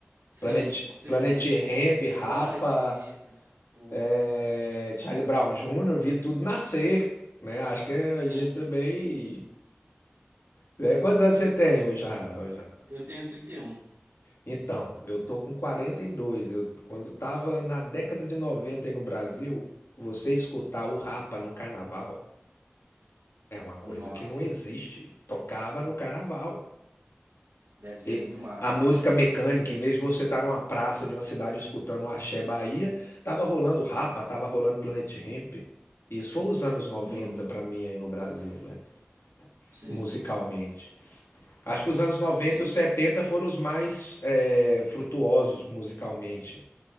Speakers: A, on the right (about 90°); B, on the left (about 80°).
A: Sim,
B: Planet,
A: com certeza.
B: Planet Hemp, Rapa,
A: Planet Hemp. Porra.
B: é, Charlie Brown Jr., vi tudo nascer, né, acho que a
A: Sim.
B: gente também... né, quantos anos você tem hoje, já?
A: Eu tenho trinta e um
B: Então, eu tô com 42. Eu, quando tava na década de 90 aí no Brasil, você escutar o Rapa no carnaval é uma coisa
A: Nossa.
B: que não existe. Tocava no carnaval.
A: Deve ser
B: E
A: muito massa
B: a música
A: mesmo.
B: mecânica, em vez de você estar numa praça de uma cidade escutando o Axé Bahia, tava rolando Rapa, tava rolando Planet Hemp. Isso foi os anos noventa
A: Uhum.
B: pra mim aí no Brasil, né?
A: Sim.
B: Musicalmente. Acho que os anos noventa
A: Sim.
B: e os 70 foram os mais eh, frutuosos musicalmente